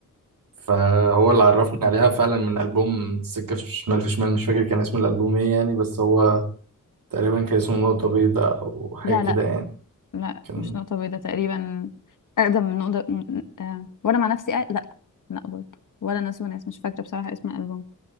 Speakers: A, on the right (about 85°); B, on the left (about 65°).
A: فهو اللي عرفني عليها فعلا من ألبوم السكة في شمال في شمال مش فاكر كان اسم الألبوم ايه يعني بس هو تقريبا كان اسمه نقطة بيضاء أو
B: لا
A: حاجة كده
B: لا
A: يعني
B: لا
A: كان
B: مش نقطه بيضاء تقريبا اقدم من نقطه م- آه، وانا مع نفسي أ... لا لا برضو ولا ناس وناس مش فاكره بصراحه اسم الالبوم